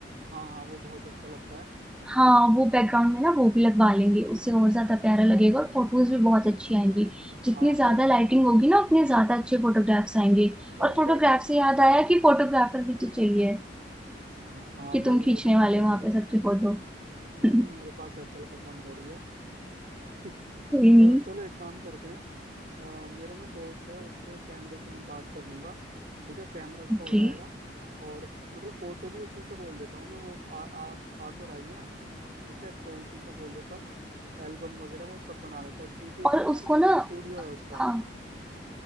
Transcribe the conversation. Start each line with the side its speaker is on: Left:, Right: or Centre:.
Right: हाँ हाँ वो बहुत अच्छा लगता है
Centre: हाँ वो बैकग्राउंड में ना वो भी लगवा लेंगे उससे और ज्यादा प्यारा लगेगा और फोटोज भी बहुत अच्छी आएंगी जितनी
Right: हाँ
Centre: ज्यादा
Right: और
Centre: लाइटिंग होगी ना उतने ज्यादा अच्छे फोटोग्राफ्स आएंगे और
Right: और
Centre: फोटोग्राफ
Right: डेकोरेशन
Centre: से याद आया कि फोटोग्राफर भी तो चाहिए
Right: हाँ हाँ
Centre: कि
Right: भाई
Centre: तुम खींचने
Right: वो तो हम
Centre: वाले
Right: भूल
Centre: हो वहां
Right: ही
Centre: पे
Right: गए
Centre: सबकी फोटो
Right: नहीं
Centre: <laughs>
Right: मेरे पास एप्पल का फोन थोड़ी है <laughs>
Centre: कोई
Right: तो
Centre: नहीं
Right: चलो एक काम करते हैं अ, मेरा ना दोस्त है उससे कैमरे की मैं बात कर लूंगा ठीक है कैमरा उसका
Centre: ओके
Right: हो जाएगा और फो- मतलब फोटो भी उसी से बोल देता हूँ मैं वो आ, आ, आ तो रही है ठीक है तो उसी से बोल देता हूँ एल्बम वगैरह वो सब बना लेता है क्योंकि उसने
Centre: और
Right: ना
Centre: उसको ना
Right: स्टूडियो है उसका
Centre: हाँ